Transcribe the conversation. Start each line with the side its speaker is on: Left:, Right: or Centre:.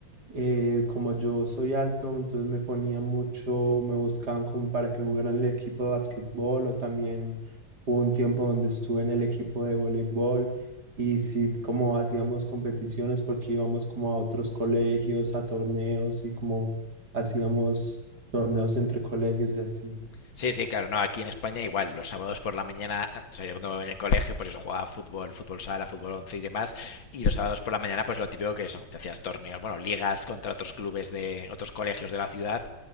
Right: eh, como yo soy alto, entonces me ponía mucho, me buscaban como para que jugara en el equipo de básquetbol o también hubo un tiempo donde estuve en el equipo de voleibol y sí, como hacíamos competiciones porque íbamos como a otros colegios, a torneos y como hacíamos torneos entre colegios y así.
Left: Sí, sí, claro, no, aquí en España igual, los sábados por la mañana, o sea, yo cuando en el colegio, pues eso, jugaba fútbol, fútbol sala, fútbol once y demás, y los sábados por la mañana, pues lo típico que eso, que hacías torneos, bueno, ligas contra otros clubes de otros colegios de la ciudad,